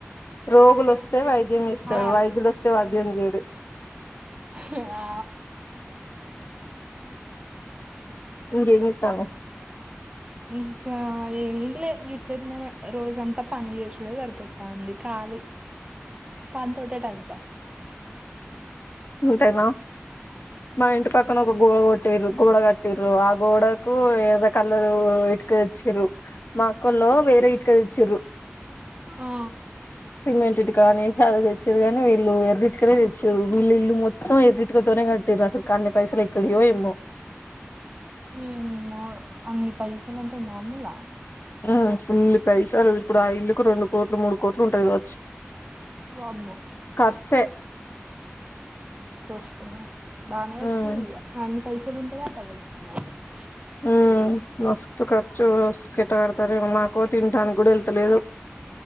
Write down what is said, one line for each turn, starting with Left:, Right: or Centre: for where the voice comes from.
Left: రోగులొస్తే వైద్యం ఇస్తడు
Right: ఆ
Left: వైద్యుడోస్తే వైద్యం చేయడు
Right: హుమ్ ఆ
Left: ఇంగేం ఇత్తావ్
Right: ఇంకా ఏం లే <unintelligible> రోజంతా పని చేసుడే సరిపోతాంది కా అది పన్ తోటే టైం పాస్
Left: అంతేనా మా ఇంటి పక్కన ఒక గోడ కొట్టిరు గోడ కట్టి రూ ఆ గోడకు ఏదొ కలరు ఇట్కతెచ్చిరు మా అక్కోల్లు వేరే ఇటుక చిర్రు
Right: ఆ
Left: సిమెంట్ ది కానీ చదుతెచ్చిరు కాగానీ వీళ్ళు ఎర్ర ఇటుకనే తెచ్చిరు వీళ్ళు ఇల్లు మొత్తం ఎర్రిటుక తోనే కట్టిర్రు అసల్ గన్ని పైసుల ఎక్కడియో ఏమో
Right: హుమ్ అమ్మో అన్ని పైసలంటే మామూలా
Left: ఆ ఫుల్లి పైసల్ ఇప్పుడు ఆ ఇల్లుకి రెండు కోట్లు మూడు కోట్లు ఉంటది కావచ్చు
Right: వామ్మో
Left: ఖర్చే
Right: కష్టమే బానే పట్టిన్రుగా
Left: ఉమ్
Right: అన్ని పైసలు ఉంటే కతున్నారు <unintelligible>
Left: ఉమ్ మస్తు ఖర్చు స్కెట్ ఆడతారెమో మాకు తింటానికి కూడా వెళ్తలేదు